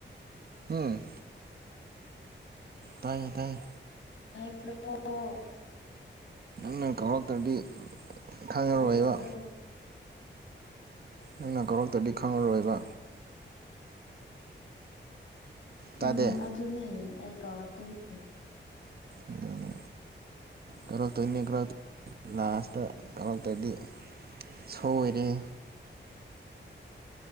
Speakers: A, on the right; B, on the left.
A: ꯎꯝ ꯇꯥꯏꯌꯦ ꯇꯥꯏꯌꯦ
B: <unintelligible>
A: ꯅꯪꯅ ꯀꯧꯔꯛꯇ꯭ꯔꯗꯤ ꯈꯪꯉꯔꯣꯏꯕ
B: ꯀꯔꯤ ꯍꯥꯏꯕ꯭ꯔꯣ
A: ꯑꯩꯅ ꯀꯧꯔꯛꯇꯗꯤ ꯈꯪꯉꯔꯣꯏꯕ ꯇꯥꯗꯦ
B: ꯎꯝ ꯑꯗꯨꯅꯦ ꯑꯩ ꯀꯧꯔꯛꯇꯣꯏꯅꯦ
A: ꯑꯗꯨꯅꯤ ꯀꯧꯔꯛꯇꯣꯏꯅꯤ ꯀꯧꯔꯛꯇꯣꯏꯅꯤ ꯂꯥꯁꯇ ꯀꯧꯔꯛꯇ꯭ꯔꯗꯤ ꯁꯣꯏꯔꯦꯍꯦ